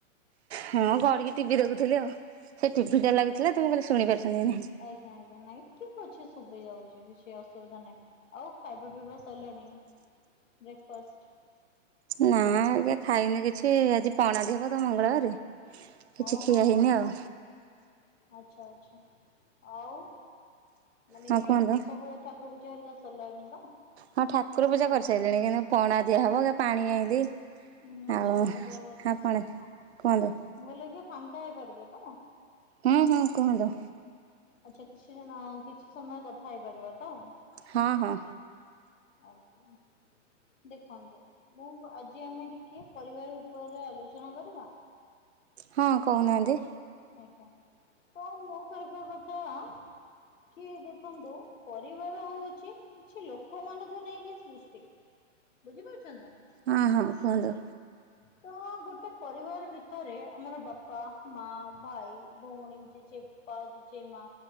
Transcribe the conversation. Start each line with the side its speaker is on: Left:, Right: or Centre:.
Right: ହଁ ପଡ଼ିକି ଟିଭି ଦେଖୁଥିଲି ଆଉ ସେ ଟିଭି ଟା ଲାଗିଥିଲା
Left: ଆଚ୍ଛା
Right: ତମକୁ କହିଲେ ଶୁଣି ପାରୁିଛନ୍ତି କି ନାହିଁ।
Left: ଆଜ୍ଞା ଆଜ୍ଞା ନାଇଁ। ଠିକ ଅଛି ଶୁଭି ଯାଉଛି କିଛି ଅସୁବିଧା ନାହିଁ ଆଉ ଖାଇବା ପିଇବା ସରିଲାଣି? ବ୍ରେକଫାଷ୍ଟ୍।
Right: ନା ଆଜ୍ଞା ଖାଇନି କିଛି ଆଜି ପଣା ଦିଆ ହବ ତ ମଙ୍ଗଳବାରେ। କିଛି
Left: ଓହୋ
Right: ଖିଆ ହେଇନି ଆଉ।
Left: ଆଚ୍ଛା ଆଚ୍ଛା। ଆଉ ମାନେ
Right: ହଁ କୁହନ୍ତୁ
Left: ସବୁ ଠାକୁର ପୂଜା ହେରିକା ସରିଲାଣି ତ?
Right: ହଁ ଠାକୁର ପୂଜା କରିସାରିଲିଣି ଏଇକିଣା ପଣା ଦିଆହବ କି ପାଣି ଆଇଁଲି।
Left: ଉଁ,
Right: ତାଉ
Left: ଆଚ୍ଛା ମୁଁ କହିବା
Right: ଆପଣେ
Left: ହଁ
Right: କୁହନ୍ତୁ।
Left: ମୁଁ କହିଲି ଆଜ୍ଞା ଫାଙ୍କା ହେଇପାରିବେ ତ?
Right: ହୁଁ ହୁଁ କୁହନ୍ତୁ।
Left: ଆଛା, କିଛି ସମୟ, କିଛି ସମୟ କଥା ହେଇପାରିବା ତ?
Right: ହଁ, ହଁ।
Left: ଆଜ୍ଞା। ଦେଖନ୍ତୁ, ମୁଁ ଆଜି ଆମେ ଟିକେ ପରିବାର ଉପରେ ଆଲୋଚନା କରିବା?
Right: ହଁ, କହୁନାହାଁନ୍ତି।
Left: ଆଜ୍ଞା, ତ ମୁଁ କହିବା କଥା-ଆ କି ଦେଖନ୍ତୁ ପରିବାର ହଉଛି, କିଛି ଲୋକମାନଙ୍କୁ ନେଇକି ସୃଷ୍ଟି। ବୁଝିପାରୁଛନ୍ତି ନା?
Right: ହଁ, ହଁ କୁହନ୍ତୁ।
Left: ତ ଗୋଟେ ପରିବାର ଭିତରେ ଆମର ବାପା, ମା, ଭାଇ, ଭଉଣୀ, ଜେଜେ ପା ଜେଜେ ମା,